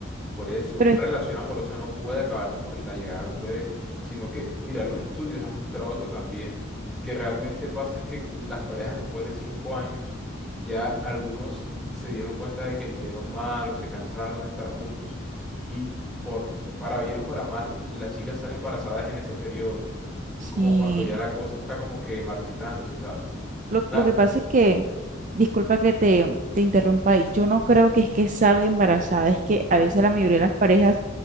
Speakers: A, in the centre; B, on the right (about 40°).
A: Por eso, una
B: pero es-
A: relación amorosa no puede acabarse por la llegada de un bebé, sino que, mira, los estudios han mostrado eso también, que realmente pasa es que las parejas después de cinco años, ya algunos se dieron cuenta de que eligieron mal o se cansaron de estar juntos y por, para bien o para mal, las chicas salen embarazadas en ese periodo,
B: sí,
A: como cuando ya la cosa está como que marchitándose, ¿sabes?
B: lo,
A: Claro,
B: lo que pasa es que, disculpa que te, te interrumpa ahí, yo no creo que es que salga embarazada, es que a veces la mayoría de las parejas